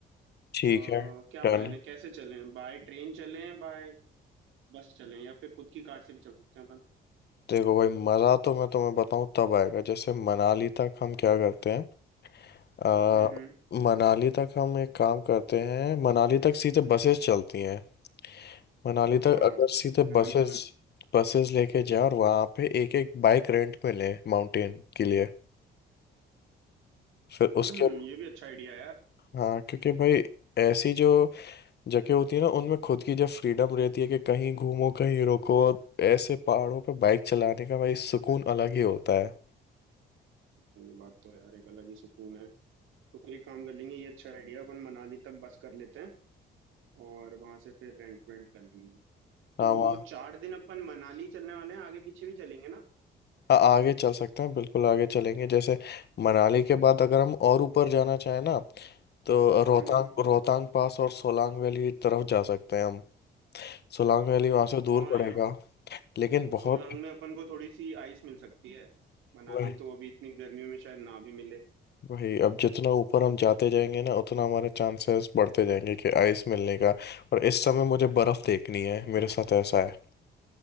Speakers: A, on the left (about 55°); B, on the right (about 85°).
A: ठीक
B: अ,
A: है
B: क्या
A: डन
B: प्लान है कैसे चलें बाय ट्रेन चलें बाय बस चलें या फिर खुद की कार से भी चल सकते हैं अपन
A: देखो भाई मज़ा तो मैं तुम्हें बताऊँ तब आएगा जैसे मनाली तक हम क्या करते हैं आ,
B: हम्म हम्म
A: मनाली तक हम एक काम करते हैं मनाली तक सीधे बसेस चलती हैं मनाली
B: हाँ
A: तक अगर सीधे
B: मैंने
A: बसेस
B: भी सुना है
A: बसेस लेके जाए और वहाँ पे एक एक बाइक रेंट पे ले माउंटेन के लिए फिर
B: हम्म
A: उसके
B: ये भी अच्छा आइडिया है यार
A: हाँ क्योंकि भाई ऐसी जो जगह होती है ना उनमें खुद की जब फ्रीडम रहती है कि कहीं घूमो कहीं रुको और ऐसे पहाड़ों पे बाइक चलाने का भाई सुकून अलग ही होता है
B: ये बात तो है यार एक अलग ही सुकून है तो फिर एक काम कर लेंगे ये अच्छा आइडिया अपन मनाली तक बस कर लेते हैं और वहां से फिर रेंट वेंट कर लेंगे तो
A: हाँ वहाँ
B: चार दिन अपन मनाली चलने वाले हैं आगे पीछे भी चलेंगे ना
A: हाँ, आगे चल सकते हैं बिल्कुल आगे चलेंगे जैसे मनाली के बाद अगर हम और ऊपर जाना चाहें ना तो रोहतांग
B: हम्म हम्म।
A: रोहतांग पास और सोलांग वैली तरफ जा सकते हैं हम सोलांग वैली वहाँ से दूर
B: हाँ
A: पड़ेगा
B: यार
A: लेकिन बहुत
B: सोलांग में अपन को थोड़ी सी आइस मिल सकती है मनाली
A: वही
B: तो अभी इतनी गर्मियों में शायद ना भी मिले
A: वही अब जितना ऊपर हम जाते जाएंगे ना उतना हमारे चांसेस बढ़ते जाएंगे कि आइस मिलने का और इस समय मुझे बर्फ़ देखनी है मेरे साथ ऐसा है